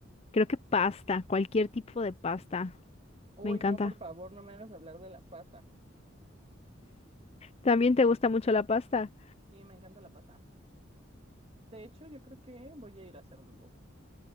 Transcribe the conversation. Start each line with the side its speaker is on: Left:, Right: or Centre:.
Left: Creo que pasta, cualquier tipo de pasta.
Right: Uy,
Left: Me encanta.
Right: no, por favor, no me hagas hablar de la pasta.
Left: ¿También te gusta mucho la pasta?
Right: Sí, me encanta la pasta. De hecho, yo creo que voy a ir a hacer un poco.